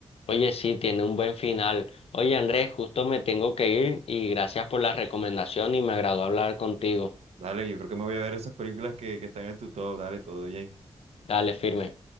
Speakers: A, on the left; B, on the right.
A: Oye, sí, tiene un buen final. Oye, Andrés, justo me tengo que ir y gracias por la recomendación y me agradó hablar contigo.
B: Dale, yo creo que me voy a ver esas películas que, que están en tu top, dale, todo bien.
A: Dale, firme.